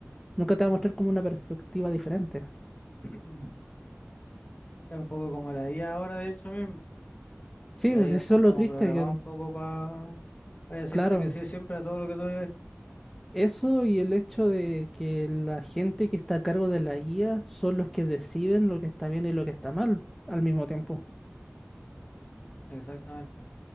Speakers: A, in the centre; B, on the left (about 30°).
A: nunca te va a mostrar como una perspectiva diferente.
B: <clears throat> Claro, un poco como la IA ahora, de hecho, mismo.
A: Sí,
B: La
A: pues
B: IA
A: eso
B: están
A: es
B: como
A: lo triste,
B: programada
A: que, el-
B: un poco para decirte
A: claro,
B: que sí siempre a todo lo que tú digas.
A: eso y el hecho de que la gente que está a cargo de la guía son los que deciden lo que está bien y lo que está mal al mismo tiempo.
B: Exactamente.